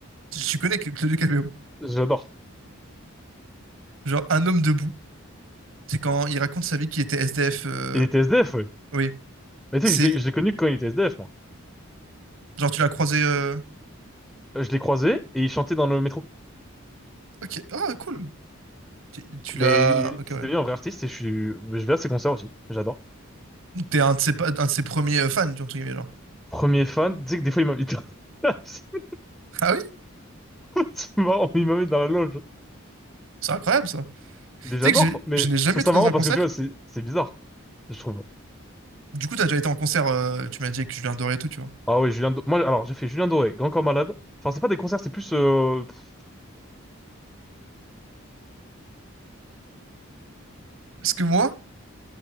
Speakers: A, on the right; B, in the centre.
A: Tu tu connais que- Claudio Capéo?
B: j'adore.
A: Genre, un homme debout. C'est quand il raconte sa vie qu'il était SDF. euh,
B: Il était SDF, ouais.
A: Oui.
B: Mais tu
A: C'est,
B: sais, que je l'ai, je l'ai connu quand il était SDF, moi.
A: genre, tu l'as croisé. euh,
B: Euh, Je l'ai croisé et il chantait dans le métro.
A: Ok, ah cool. Tu, tu
B: Mais
A: l'as.
B: il-
A: Ok,
B: c'est
A: ouais.
B: devenu un vrai artiste et je suis, je vais à ses concerts aussi. J'adore.
A: Donc, T'es un de ses, pa- un de ses premiers euh, fans, tu vois, entre guillemets, genre.
B: Premier fan, tu sais que des fois, il m'invite. <laughs>
A: Ah oui?
B: C'est marrant, il m'invite dans la loge.
A: C'est incroyable, ça.
B: Mais j'adore,
A: Tu sais que j'ai-
B: mais
A: je n'ai jamais
B: je trouve
A: été
B: ça marrant
A: dans un
B: parce
A: concert.
B: que tu vois, c'est c'est bizarre, je trouve.
A: Du coup, t'as déjà été en concert, euh, tu m'as dit que je viens et tout, tu vois.
B: Ah oui, Julien Do- Moi, alors, j'ai fait Julien Doré, Grand Corps Malade. Enfin, c'est pas des concerts, c'est plus... euh, pff,
A: Parce que moi,